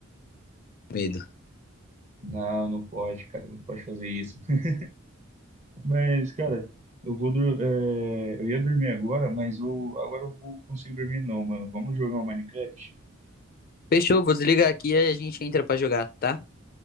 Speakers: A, on the left (about 45°); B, on the right (about 35°).
A: Medo.
B: Não, não pode, cara, não pode fazer isso. <laughs> Mas, cara, eu vou dur- é, eu ia dormir agora, mas eu agora eu vou conseguir dormir não, mano. Vamos jogar o Minecraft?
A: Fechou, vou desligar aqui e a gente entra pra jogar, tá?